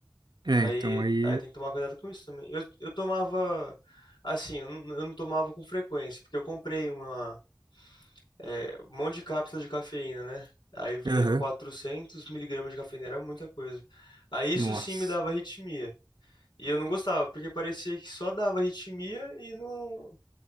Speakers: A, on the right; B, on the left.
A: É,
B: Aí,
A: então aí,
B: aí tem que tomar cuidado com isso também. Eu, eu tomava, assim, eu não, eu não tomava com frequência, porque eu comprei uma, é, um monte de cápsula de cafeína, né? Aí vinha
A: Aham.
B: 400 miligramas de cafeína, era muita coisa. Aí isso
A: nossa.
B: sim me dava arritmia. E eu não gostava, porque parecia que só dava arritmia e não,